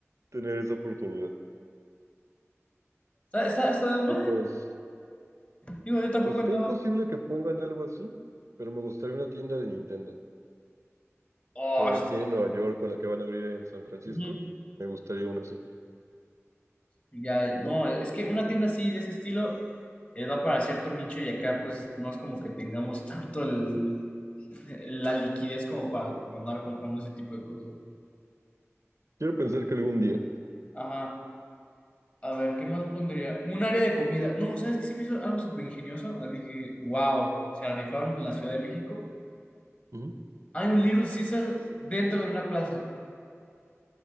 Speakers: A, on the right; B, on the left.
A: tener esa oportunidad.
B: Está, está, está, meh.
A: Y pues,
B: digo, yo tampoco
A: está
B: entraba.
A: imposible que pongan algo así, pero me gustaría una tienda de Nintendo,
B: Oh,
A: como la que
B: sí, está-
A: tiene en Nueva York o la que van a abrir en San Francisco.
B: ujú.
A: Me gustaría una así.
B: Ya, no, es que una tienda así, de ese estilo, eh, va para cierto nicho y acá, pues, no es como que tengamos <laughs> tanto el- la liquidez como para como andar comprando ese tipo de cosas.
A: Quiero pensar que algún día.
B: Ajá. A ver, ¿qué más pondría? Un área de comida. No, ¿sabes qué se me hizo algo súper ingenioso? Así que, wow, se rifaron en la Ciudad de México.
A: Ujú.
B: Hay un Little Caesar dentro de una plaza.